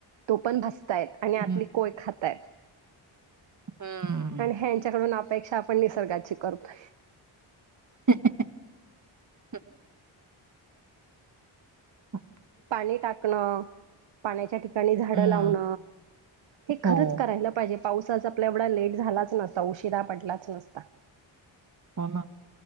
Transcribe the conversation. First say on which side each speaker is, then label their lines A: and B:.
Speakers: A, on the right; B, on the right.
A: तो पण भसतायत आणि
B: हं.
A: आपली कोय खातायत
B: हं.
A: आणि ह्यांच्याकडून आप पेक्षा आपण निसर्गाची करतो.
B: ह ह ह अ
A: पाणी टाकण पाण्याच्या ठिकाणी झाडं
B: हं.
A: लावण हे खरंच
B: हो.
A: करायला पाहिजे. पावसाच आपला एवढा लेट झालाच नसता उशिरा पडलाच नसता.
B: हो ना